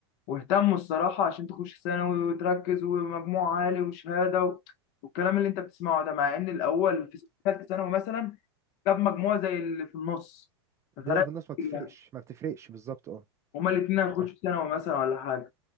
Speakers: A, on the left (about 45°); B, on the right (about 20°).
A: واهتموا الصراحه عشان تخش ثانوي وتركز ومجموع عالي وشهاده و... والكلام اللي انت بتسمعه ده مع ان الاول في ثالثه ثانوي مثلا جاب مجموع زي اللي في النص ففرق
B: ده اللي في النص ما بتفرقش
A: كتير يعني
B: ما بتفرقش بالظبط أه
A: هما الاتنين هيخشوا
B: صح
A: ثانوي مثلا ولا حاجه